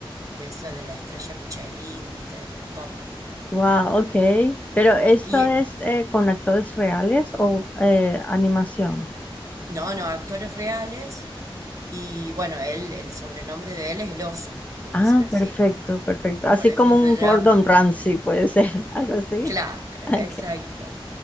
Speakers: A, on the right; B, on the left.
A: de esa de la estrella Michelin, ¿viste? Es un top.
B: Wow, ok. Pero ¿esto
A: Y eh,
B: es eh, con actores reales o eh, animación?
A: no, no, actores reales. Y bueno, él, el sobrenombre de él es el oso, le dicen
B: Ah,
A: así.
B: perfecto, perfecto. Así
A: Por eso
B: como
A: se
B: un
A: llama.
B: Gordon Ramsay puede ser, <laughs> algo así.
A: Claro,
B: Okay.
A: exacto.